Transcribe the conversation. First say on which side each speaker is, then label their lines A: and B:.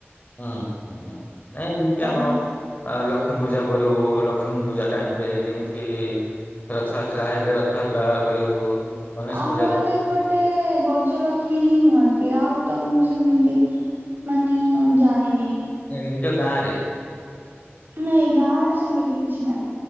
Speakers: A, on the left; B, on the right.
A: ହୁଁ, ହୁଁ ନାଇଁ ଯେମ୍ତି
B: ତ
A: ଆମର ଆ ଲକ୍ଷ୍ମୀ ପୂଜା କରିବୁ ଲକ୍ଷ୍ମୀ ପୂଜା ଟାଇମ ରେ ଯେମ୍ତି ରଥଯାତ୍ରା ହେଲେ ରଥଯାତ୍ରା କରିବୁ। ଗଣେଶ
B: ଆମର
A: ପୂଜା
B: ତ ଏପଟେ ଗଜଲକ୍ଷ୍ମୀ ହିଁ ହୁଅନ୍ତି ଆଉ ତ ମୁଁ ସେମିତି ମାନେ ଜାଣିନି।
A: ନାଇଁ ନିଜ ଗାଁ ରେ।
B: ନାଇଁ ଗାଁ ରେ ସେମିତି କିଛି ନାଇଁ।